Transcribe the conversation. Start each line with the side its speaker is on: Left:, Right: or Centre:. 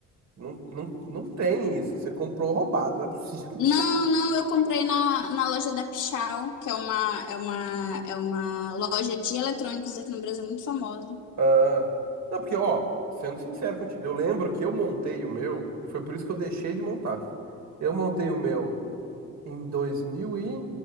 Right: Não, não, não tem isso, você comprou roubado, não é possível.
Left: Não,
Right: <laughs>
Left: não, eu comprei na, na loja da Pichau, que é uma, é uma, é uma loja de eletrônicos aqui no Brasil muito famosa.
Right: Ah, não, porque, ó, sendo sincero contigo, eu lembro que eu montei o meu, e foi por isso que eu deixei de montar. Eu montei o meu em 2000 e...